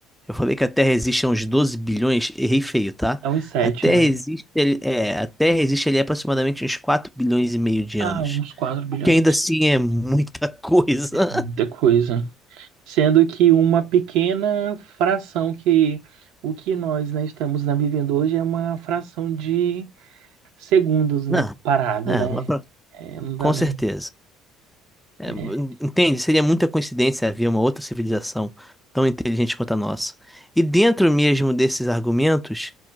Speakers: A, in the centre; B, on the right (about 65°).
A: Eu falei que a Terra existe há uns 12 bilhões, errei feio, tá?
B: É uns sete,
A: A Terra
B: né?
A: existe, ali- é, a Terra existe ali há aproximadamente uns 4 bilhões e meio de
B: Ah,
A: anos.
B: uns 4 bilhões.
A: O que ainda assim é muita coisa.
B: É muita coisa. Sendo que uma pequena fração que o que nós, né, estamos né, vivendo hoje é uma fração de segundos,
A: <laughs>
B: né,
A: Não,
B: comparado,
A: é,
B: né?
A: uma pro-
B: É, não dá
A: com
B: nem.
A: certeza. É,
B: é.
A: entende? Seria muita coincidência haver uma outra civilização tão inteligente quanto a nossa. E dentro mesmo desses argumentos